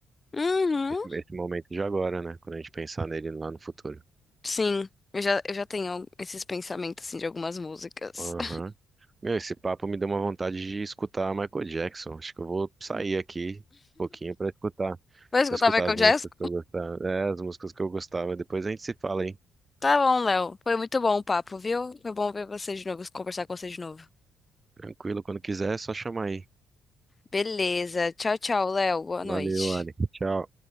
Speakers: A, on the left (about 25°); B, on the right (about 25°).
A: Uhum.
B: esse momento de agora, né? Quando a gente pensar nele lá no futuro.
A: Sim, eu já, eu já tenho al- esses pensamentos assim de algumas músicas.
B: Aham.
A: <laughs>
B: Meu, esse papo me deu uma vontade de escutar Michael Jackson. Acho que eu vou sair aqui um pouquinho pra escutar,
A: Vai escutar
B: para escutar
A: Michael
B: as músicas
A: Jackson?
B: que eu gostava. É, as músicas que eu gostava. Depois a gente se fala, hein?
A: Tá bom, Léo. Foi muito bom o papo, viu? Foi bom ver você de novo, conversar com você de novo.
B: Tranquilo, quando quiser, é só chamar aí.
A: Beleza. Tchau, tchau, Léo. Boa
B: Valeu,
A: noite.
B: Ali. Tchau.